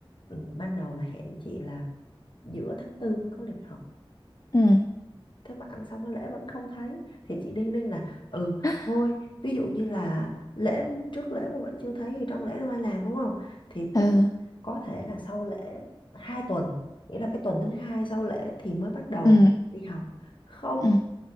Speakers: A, on the left; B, on the left.
A: ừ, ban đầu là hẹn chị là giữa tháng tư mới có lịch học
B: ừ
A: thế mà ăn xong cái lễ vẫn không thấy thì chị đinh ninh là ừ
B: <laughs>
A: thôi ví dụ như là lễ trước lễ mà vẫn chưa thấy thì trong lễ đâu ai làm đúng không thì tức
B: ừ
A: có thể là sau lễ hai tuần nghĩa là cái tuần thứ hai sau lễ thì mới bắt đầu
B: ừ
A: đi học không
B: ừ